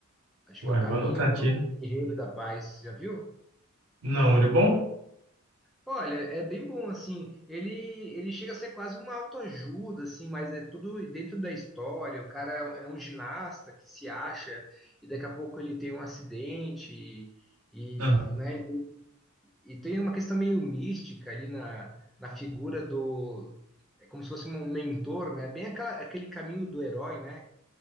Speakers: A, in the centre; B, on the right (about 80°).
A: Acho
B: Uai,
A: que é o caminho
B: vou anotar aqui.
A: do guerreiro da paz. Já viu?
B: Não, ele é bom?
A: Olha, é bem bom, assim, ele, ele chega a ser quase uma autoajuda, assim, mas é tudo dentro da história, o cara é um é um ginasta que se acha e daqui a pouco ele tem um acidente e, e,
B: Aham,
A: né, e tem e tem uma questão meio mística ali na, na figura do, é como se fosse um mentor, né, bem aquela, aquele caminho do herói, né,